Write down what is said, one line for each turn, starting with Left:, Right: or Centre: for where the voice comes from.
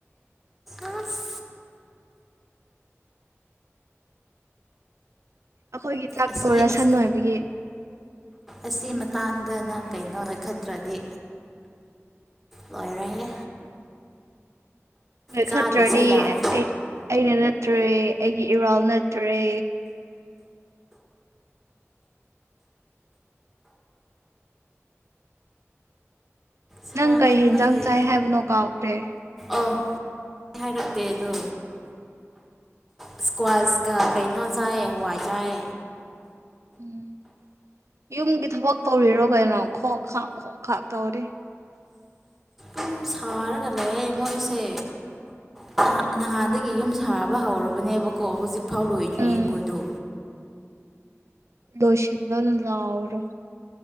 Centre: ꯑꯁ
Right: ꯑꯈꯣꯏꯒꯤ ꯆꯥꯛꯇꯣ
Centre: ꯑꯁꯤ
Right: ꯔꯁꯟ
Centre: ꯑꯁ
Right: ꯑꯣꯏꯕꯒꯤ
Centre: ꯑꯁꯤ ꯃꯇꯥꯡꯗ ꯅꯪ ꯀꯩꯅꯣ ꯅꯣꯏꯈꯠꯇ꯭ꯔꯗꯤ ꯂꯣꯏꯔꯦꯍꯦ
Right: ꯅꯣꯏ
Centre: ꯆꯥꯗ꯭ꯔꯁꯨ
Right: ꯈꯠꯇ꯭ꯔꯗꯤ
Centre: ꯌꯥꯔꯦ
Right: ꯑꯩ ꯑꯩꯅ ꯅꯠꯇ꯭ꯔꯦ ꯑꯩꯒꯤ ꯏꯔꯥꯜ ꯅꯠꯇ꯭ꯔꯦ꯫
Centre: ꯁꯥꯃꯟꯕꯒꯤ
Right: ꯅꯪ ꯀꯩ ꯍꯦꯟꯖꯥꯡ ꯆꯥꯏ ꯍꯥꯏꯕꯅꯣ ꯀꯥꯎꯈ꯭ꯔꯦ
Centre: ꯑꯣ ꯍꯥꯏꯔꯛꯇꯦ ꯑꯗꯨ ꯏꯁꯀ꯭ꯋꯥꯁꯀ ꯀꯩꯅꯣ ꯆꯥꯏ ꯍꯋꯥꯏ ꯆꯥꯏ꯫
Right: ꯎꯝ ꯌꯨꯝꯒꯤ ꯊꯕꯛ ꯇꯧꯔꯤꯔꯣ ꯀꯩꯅꯣ ꯈꯣꯛ ꯈꯥꯛ ꯈꯣꯛ ꯈꯥꯛ ꯇꯧꯔꯤ꯫
Centre: ꯑꯗꯨꯝ ꯁꯥꯔꯒ ꯂꯩꯌꯦ ꯃꯣꯏꯁꯦ ꯅꯍꯥ ꯅꯍꯥꯟꯗꯒꯤ ꯌꯨꯝ ꯁꯥꯕ ꯍꯧꯔꯕꯅꯦꯕꯀꯣ ꯍꯧꯖꯤꯛꯐꯥꯎ ꯂꯣꯏꯗ꯭ꯔꯤꯌꯦ
Right: ꯎꯝ
Centre: ꯃꯣꯏꯗꯣ꯫
Right: ꯂꯣꯏꯁꯤꯜꯂꯣꯅ ꯂꯥꯎꯔꯣ